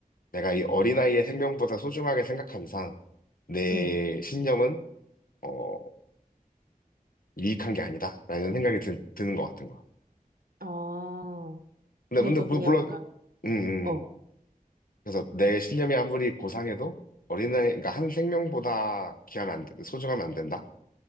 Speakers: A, on the left; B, on the right.
A: 내가 이 어린아이의 생명보다 소중하게 생각한 이상 내
B: 응.
A: 신념은 어, 유익한 게 아니다. 라는 생각이 드, 는것 같은 거야.
B: 아,
A: 근데,
B: 너도
A: 근데 물-
B: 그냥
A: 물론,
B: 뭔가,
A: 음, 음.
B: 어,
A: 그래서 내 신념이 아무리 고상해도 어린아이, 그러니까 한 생명보다 귀하면 안, 된- 소중하면 안 된다.